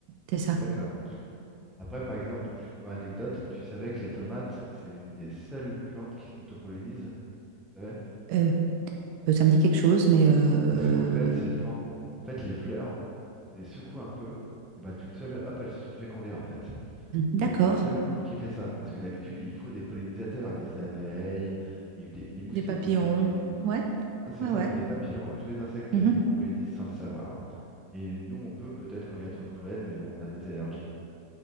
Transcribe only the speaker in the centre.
D'accord. Après, par exemple, juste pour anecdote, tu savais que les tomates, c'est l'une des seules plantes qui s'autopollinisent, tu savais?
Parce qu'en fait, c'est le vent. En fait, les fleurs, si tu les secoues un peu, et ben toutes seules, hop, elles se sont fécondées en fait.
C'est une des seules plantes qui fait ça, parce que d'habitude, il faut des pollinisateurs, des abeilles, il- des- les moustiques
aussi ils pollinisent. hein.
Ah, c'est
ça,
et les papillons, et tous les insectes quasiment
pollinisent sans le savoir. hein. Et nous, on peut peut-être quand il y a trop de pollen, mais bon, on a des allergies.